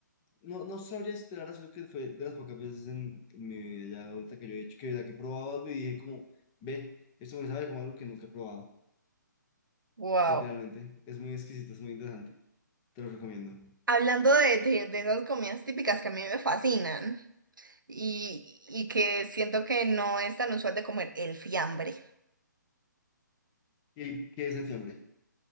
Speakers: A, on the left; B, on the right.
A: no, no sabría esperar, creo que fue de las pocas veces en mi vida ya adulta que yo he hecho, que, que he probado algo y dije como, ve, esto me sabe como algo que nunca he probado,
B: Wow.
A: literalmente. Es muy exquisito, es muy interesante. Te lo recomiendo.
B: Hablando de, de, de esas comidas típicas que a mí me fascinan y, y que siento que no es tan usual de comer, el fiambre.
A: ¿Qué, qué es el fiambre?